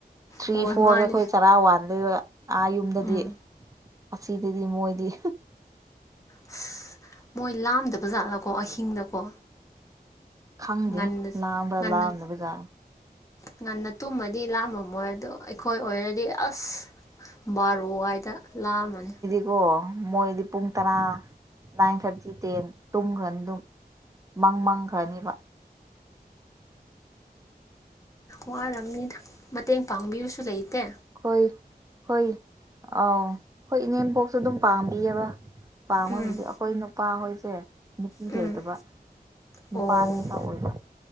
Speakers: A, on the right (about 20°); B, on the left (about 20°).
A: ꯊ꯭ꯔꯤ
B: ꯍꯣꯏ
A: ꯐꯣꯔꯁꯦ
B: ꯃꯥꯅꯦ
A: ꯑꯩꯈꯣꯏ ꯆꯔꯥ ꯋꯥꯟꯗꯩ ꯑꯥ ꯌꯨꯝꯗꯗꯤ
B: ꯎꯝ
A: ꯑꯁꯤꯗꯗꯤ ꯃꯣꯏꯗꯤ
B: ꯑꯁ ꯃꯣꯏ ꯂꯥꯝꯗꯕꯖꯥꯠꯂꯀꯣ ꯑꯍꯤꯡꯗꯀꯣ
A: ꯈꯪꯗꯦ
B: ꯉꯟꯅ
A: ꯂꯥꯛꯑꯝꯕ꯭ꯔꯥ
B: ꯉꯟꯅ
A: ꯂꯥꯑꯝꯗ ꯕꯖꯥꯔꯗ
B: ꯉꯟꯅ ꯇꯨꯝꯃꯗꯤ ꯂꯥꯝꯃꯝꯃꯣꯏ ꯑꯗ ꯑꯩꯈꯣꯏ ꯑꯣꯏꯔꯗꯤ ꯑꯁ ꯕꯥꯔꯣ ꯍꯥꯏꯗ ꯂꯥꯛꯑꯃꯅꯤ
A: ꯑꯣ ꯃꯣꯏꯗꯤ ꯄꯨꯡ ꯇꯔꯥ ꯅꯥꯏꯟ ꯊꯥꯔꯇꯤ ꯇꯦꯟ ꯇꯨꯝꯈ꯭ꯔꯅꯤ ꯑꯗꯨꯝ ꯃꯪ ꯃꯪꯈ꯭ꯔꯅꯤꯕ
B: ꯋꯥꯔꯝꯅꯤꯗ ꯃꯇꯦꯡ ꯄꯥꯡꯕꯤꯁꯨ ꯂꯩꯇꯦ
A: ꯍꯣꯏ ꯍꯣꯏ ꯑꯥꯎ ꯍꯣꯏ ꯏꯅꯦꯝꯄꯣꯛꯁꯨ ꯑꯗꯨꯝ ꯄꯥꯝꯕꯤꯑꯕ ꯄꯥꯝꯉꯕꯗꯤ
B: ꯎꯝ
A: ꯑꯩꯈꯣꯏ ꯅꯨꯄꯥꯍꯣꯏꯁꯦ ꯅꯨꯄꯤ
B: ꯎꯝ
A: ꯂꯩꯇꯕ ꯅꯨꯄꯥꯅꯤ
B: ꯑꯣ
A: ꯃ ꯑꯣꯏꯕ